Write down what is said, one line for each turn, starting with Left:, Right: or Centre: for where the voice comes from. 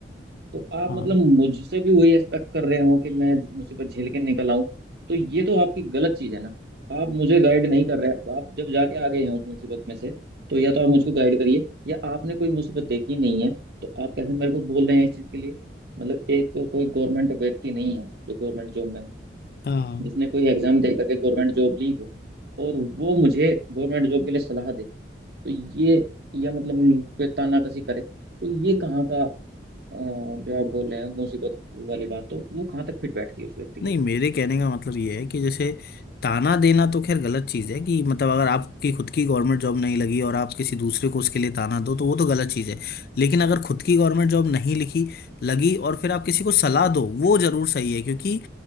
Right: तो आप
Left: हाँ
Right: मतलब मुझसे भी वही एक्सपेक्ट कर रहे हो कि मैं मुसीबत झेल के निकल आऊं तो ये तो आपकी गलत चीज है ना आप मुझे गाइड नहीं कर रहे तो आप जब जाके आ गए हैं उस मुसीबत में से तो या तो आप मुझको गाइड करिए या आपने कोई मुसीबत देखी नहीं है तो आप कैसे मेरे को बोल रहे हैं इस चीज के लिए मतलब एक को, कोई गवर्नमेंट व्यक्ति नहीं है जो गवर्नमेंट जॉब में हो
Left: हाँ
Right: जिसने कोई एग्जाम दे करके गवर्नमेंट जॉब ली हो और वो मुझे गवर्नमेंट जॉब के लिए सलाह दे तो ये या मतलब मुझ पे तानाकसी करे तो ये कहाँ का अ, जो आप बोल रहे हैं मुसीबत वाली बात तो वो कहाँ तक फिट बैठती है उस व्यक्ति के
Left: नहीं
Right: लिए
Left: मेरे कहने का मतलब ये है कि जैसे ताना देना तो खैर गलत चीज़ है कि मतलब अगर आपकी खुद की गवर्नमेंट जॉब नहीं लगी और आप किसी दूसरे को उसके लिए ताना दो तो वो तो गलत चीज़ है लेकिन अगर खुद की गवर्नमेंट जॉब नहीं लिखी लगी और फिर आप किसी को सलाह दो वो जरूर सही है क्योंकि